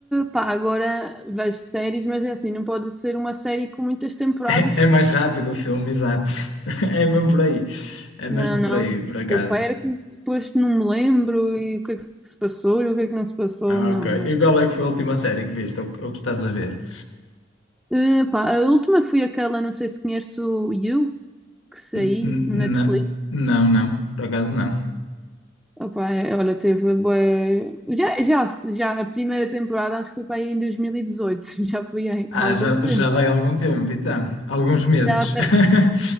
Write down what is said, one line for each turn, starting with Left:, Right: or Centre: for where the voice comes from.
Centre: pá, agora vejo séries, mas é assim, não pode ser uma série com muitas temporadas.
Left: <laughs> é, é mais rápido o filme, exato, <laughs> é mesmo por aí, é mesmo
Centre: Não, não.
Left: por aí, por acaso.
Centre: O pai era que depois não me lembro e o que é que se passou e o que é que não se passou.
Left: Ah,
Centre: Não,
Left: ok.
Centre: não.
Left: E qual é que foi a última série que viste ou, ou que estás a ver?
Centre: Eh, pá, a última foi aquela, não sei se conheces o You, que saiu
Left: N- n-
Centre: no Netflix.
Left: na- Não, não, por acaso não.
Centre: Opa, é, olha, teve bué- Já, já, já a primeira temporada acho que foi para aí em 2018, <laughs> já foi em-
Left: Ah,
Centre: há algum
Left: já,
Centre: tempo.
Left: já vai há algum tempo, então. Alguns meses.
Centre: Já, até-
Left: <coughs>